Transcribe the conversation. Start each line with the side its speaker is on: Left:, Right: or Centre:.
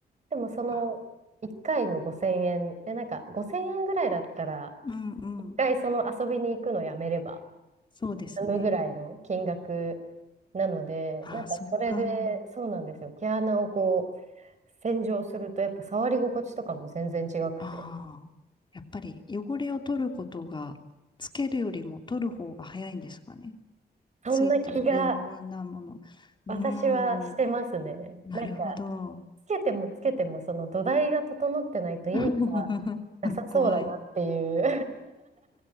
Right: でもその1回の5000円で、
Left: あ、
Right: なんか5000円ぐらいだったら、
Left: うんうん。
Right: 1回その遊びに行くのやめれば
Left: そうですね。
Right: 済むぐらいの金額なので、
Left: あ、
Right: なんかそれで、
Left: そっか。
Right: そうなんですよ。毛穴をこう、洗浄すると、やっぱ触り心地とかも全然違くて、
Left: ああ。やっぱり汚れを取ることが、つけるよりも取る方が早いんですかね。
Right: そんな気が
Left: ついてる余分なもの。
Right: 私はしてますね。
Left: うーん、なるほど。
Right: なんかつけてもつけても、その土台が整ってないと意味が
Left: <laughs>
Right: なさそうだなっていう
Left: 怖い。